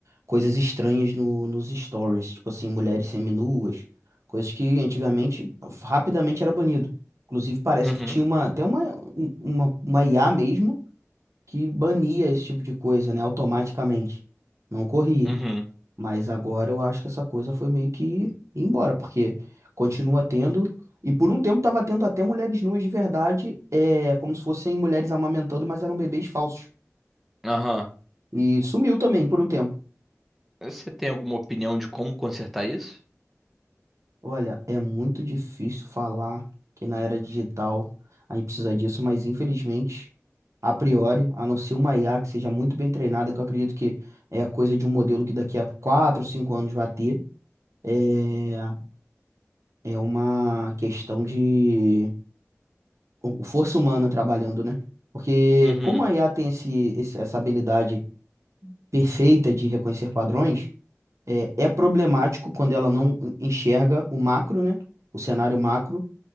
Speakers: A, on the right; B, in the centre.
A: coisas estranhas no, nos stories, tipo assim, mulheres seminuas, coisas que antigamente rapidamente era banido. Inclusive, parece
B: Uhum,
A: que tinha uma, até uma, um- uma, uma IA mesmo que bania esse tipo de coisa, né, automaticamente. Não ocorria.
B: uhum,
A: Mas agora eu acho que essa coisa foi meio que embora, porque continua tendo. E por um tempo estava tendo até mulheres nuas de verdade, é, como se fossem mulheres amamentando, mas eram bebês falsos.
B: aham.
A: E sumiu também por um tempo.
B: Você tem alguma opinião de como consertar isso?
A: Olha, é muito difícil falar que na era digital a gente precisa disso, mas infelizmente, a priori, a não ser uma IA que seja muito bem treinada, que eu acredito que é coisa de um modelo que daqui a 4 5 anos vai ter, é, é uma questão de o- força humana trabalhando, né? Porque
B: Uhum,
A: como a IA tem esse, esse- essa habilidade perfeita de reconhecer padrões, é, é problemático quando ela não enxerga o macro, né? O cenário macro,